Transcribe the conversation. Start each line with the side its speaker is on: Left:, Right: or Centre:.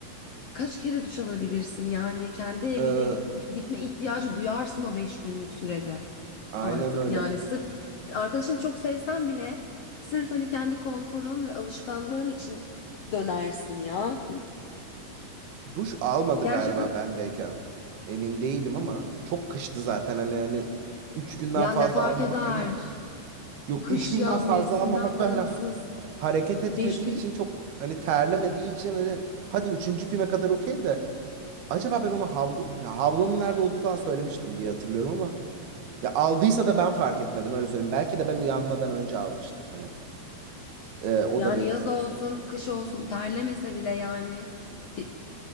Left: kaç kere duş alabilirsin? Yani kendi evine
Right: Ee,
Left: git, gitme ihtiyacı duyarsın o beş günlük sürede
Right: aynen
Left: artık.
Right: öyle.
Left: Yani sırf arkadaşını çok sevsen bile sırf hani kendi konforun ve alışkanlığın için dönersin ya. Yani
Right: Duş almadı
Left: gerçekten
Right: galiba bendeyken. Emin değilim ama çok kıştı zaten hani hani 3 günden
Left: ya
Right: fazla
Left: ne fark
Right: almamak
Left: eder?
Right: hani yok
Left: Kış
Right: 3 günden
Left: yaz
Right: fazla
Left: mevsimden
Right: almamak
Left: bağımsız.
Right: da hani ha- hareket etmediği
Left: Beş gün
Right: için çok hani terlemediği için hani hadi üçüncü güne kadar okey de acaba ben ona havlu ya havlunun nerede olduğunu falan söylemiştim diye hatırlıyorum ama ya aldıysa da ben fark etmedim öyle söyleyeyim. Belki de ben uyanmadan önce almıştır hani. Ee, o
Left: Yani
Right: da bir ihtimal
Left: yaz olsun,
Right: sonuçta.
Left: kış olsun terlemese bile yani bir